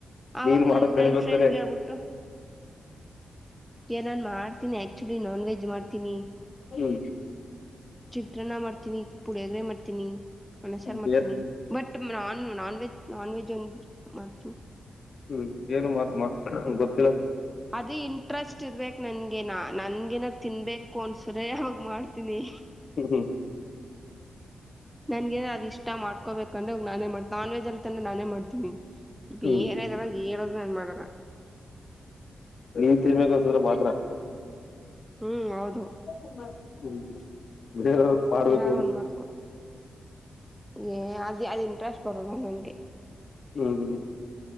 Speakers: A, in the centre; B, on the left (about 50°).
A: ಆವಾಗ್
B: ನೀನ್
A: ನನ್
B: ಮಾಡೋದ್
A: ನನ್
B: ಕಲಿಬೇಕ್
A: ಫ್ರೆಂಡ್ಗೆೇಳ್ಬಿಟ್ಟು
B: ತಾನೆ
A: ಏ ನಾನ್ ಮಾಡ್ತೀನಿ ಆಕ್ಚುಲಿ ನಾನ್ ವೆಜ್ ಮಾಡ್ತೀನಿ.
B: ಹ್ಮು
A: ಚೀತ್ರನ ಮಾಡ್ತನಿ ಪುಳ್ಯಾಗ್ರೇ ಮಾಡ್ ನಿ ಅನ್ನ, ಸಾರ್
B: ಮತ್ತೇನ್
A: ಮಾಡ್ತೀನಿ ಬಟ್ ನಾನ್ ನಾನ್ವೆಜ್ ನಾನ್ವೆಜ್ ಮಾಡ್ತೀನಿ.
B: ಹ್ಮ್ ಏನು ಮಾಡ್ <unintelligible> ಗೊತ್ತು.
A: ಅದು ಇಂಟ್ರೆಸ್ಟ್ ತಿರ್ಬೇಕ ನಂಗೆ ನಾ ನನ್ಗೇನ ತಿನ್ಬೇಕು ಅನ್ಸರೆ ಆವಾಗ್ ಮಾಡ್ತೀನಿ.
B: ಹ್ಮ್ ಹ್ಮ್.
A: ನನ್ಗೇ ಅದ ಇಷ್ಟ ಮಾಡ್ಕೋಬೇಕಂದ್ರೆ ನಾನೇ ಮಾಡ್ತ ನಾನ್ ವೆಜ್ ಅಲ್ಲಿ ತಂದೆ ನಾನೇ ಮಾಡ್ತೀನಿ. ಬೀರೆಲ್ಲ
B: ಹ್ಮ್
A: <unintelligible> ನಾನ್ ಮಾಡಲ್ಲ.
B: ನೀನ್ ತಿನ್ಬೇಕನ್ಸಿದ್ರೆ ಮಾತ್ರ
A: ಹ್ಮ್ ಹೌದು.
B: ಹಾ ಹ್ಮು ತಿನ್ನಸ್. ಬೇರ್ ಅವ್ರಿಗೂ ಮಾಡ್ಬೇಕು
A: ಏನಾರು
B: ಇವ್ರು.
A: ಒಂದ್ ಮಾಡ್ಕೊ ಏ ಆದ್ ಆದ್ ಇಂಟ್ರೆಸ್ಟ್ ಬರೋಲ್ಲ ನಂಗೆ.
B: ಹ್ಮು ಹ್ಮು.